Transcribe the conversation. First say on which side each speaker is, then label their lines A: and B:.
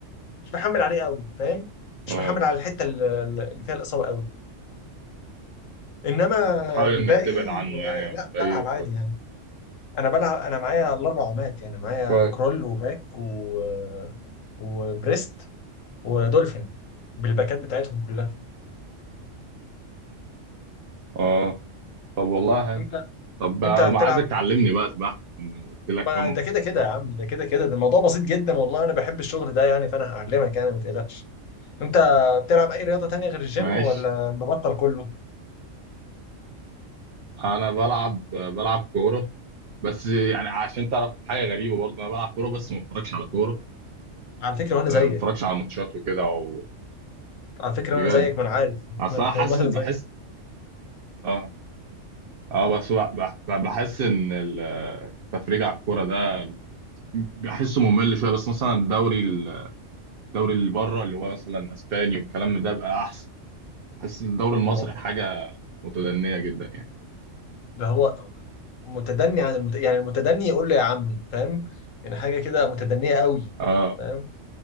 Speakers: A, on the left (about 80°); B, on the right (about 55°).
A: مش محمل عليه قوي فاهم مش
B: اه
A: محمل على الحته اللي اللي فيها الاصابه قوي انما
B: تحاول
A: الباقي
B: انك تبعد عنه يعني
A: آه، لا بلعب
B: باي
A: عادي
B: طريقه
A: يعني انا بلعب انا معايا الاربع عمات يعني معايا
B: كويس
A: كرول وباك و... وبريست ودولفين بالباكات بتاعتهم كلها
B: اه طب والله حلو
A: انت
B: طب بقى
A: انت هتلعب
B: ما عايزك تعلمني بقى سباحه ما انا قلت لك
A: ما
B: كم
A: ده كده كده يا عم ده كده كده ده الموضوع بسيط جدا والله انا بحب الشغل ده يعني فانا هعلمك يعني ما تقلقش انت بتلعب اي رياضة تانية غير الجيم
B: ماشي
A: ولا مبطل كله
B: انا بلعب بلعب كوره بس يعني عشان تعرف حاجه غريبه برضه انا بلعب كوره بس ما بتفرجش على كوره
A: على فكرة وانا زيك
B: آه، ما بتفرجش على ماتشات وكده او
A: على فكرة
B: بجد
A: وانا زيك ما انا عارف <laughs>
B: اصل
A: ما أنا-
B: انا حاسس
A: والله انا
B: بحس
A: زيك
B: اه اه بس بح- بح- بحس ان ال- التفريج على الكوره ده بحسه ممل شويه بس مثلا الدوري الدوري اللي بره اللي هو مثلا اسباني والكلام ده بقى احسن حاسس ان الدوري المصري
A: ما هو
B: حاجه متدنيه جدا يعني
A: ده هو متدني عن المت... يعني المتدني يقول له يا عمي فاهم يعني حاجة كده متدنية قوي
B: اه
A: فاهم